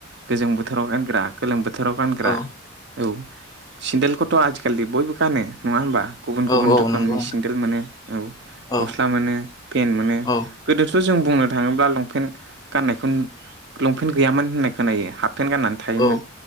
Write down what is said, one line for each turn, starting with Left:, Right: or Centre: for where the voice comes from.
Right: गोजां बोथोराव गानग्रा गोलोम बोथोराव गानग्रा
Left: औ
Right: औ सेन्देलखौथ' आजिखालि बयबो गानो नङा होमबा गुबुन
Left: औ
Right: गुबुन रोखोमनि
Left: नंगौ
Right: सेनदेल मोनो औ
Left: औ
Right: गस्ला मोनो पेन्ट मोनो
Left: औ
Right: गोदोथ' जों बुंनो थाङोब्ला लंपेन्ट गाननायखौ लंपेन्ट गैयामोन होननाय खोनायो हाफ पेन्ट गाननानै थायोमोन
Left: औ